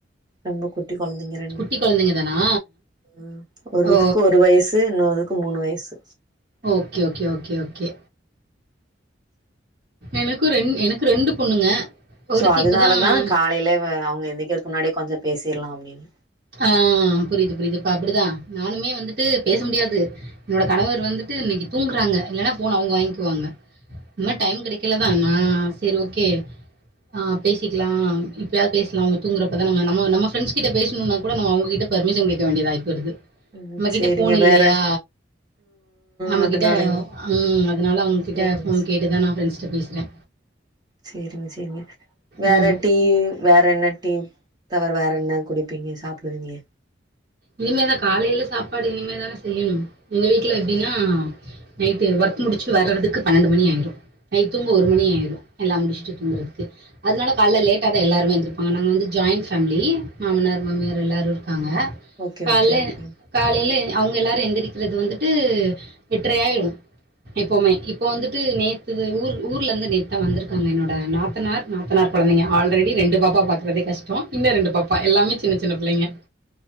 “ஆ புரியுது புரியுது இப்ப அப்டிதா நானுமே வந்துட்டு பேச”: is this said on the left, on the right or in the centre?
Right